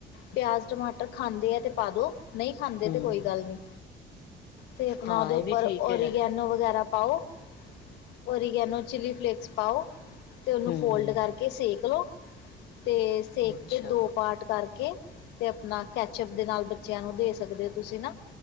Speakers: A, on the left; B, on the left.
A: ਪਿਆਜ਼, ਟਮਾਟਰ ਖਾਂਦੇ ਆ ਤੇ ਪਾ ਦੋ ਨਈ ਖਾਂਦੇ
B: ਹੂੰ
A: ਤੇ ਕੋਈ ਗੱਲ ਨੀ। ਤੇ ਆਪਣਾ
B: ਹਾਂ
A: ਉਦੇ ਉਪਰ
B: ਇਹ ਵੀ ਠੀਕ
A: ਓਰੀਗੈਨੋ
B: ਹੈਗਾ
A: ਵਗੈਰਾ ਪਾਓ ਓਰੀਗੈਨੋ ਚਿੱਲੀ ਫਲੀਕਸ ਪਾਓ ਤੇ ਉਹਨੂੰ
B: ਹੂੰ
A: ਫੋਲਡ ਕਰਕੇ ਸੇਕ ਲਓ ਤੇ ਸੇਕ
B: ਅੱਛਾ
A: ਕੇ ਦੋ ਪਾਟ ਕਰ ਕੇ ਤੇ ਆਪਣਾ ਕੈਚਅਪ ਦੇ ਨਾਲ਼ ਬੱਚਿਆਂ ਨੂੰ ਦੇ ਸਕਦੇ ਹੋ ਤੁਸੀਂ ਨਾ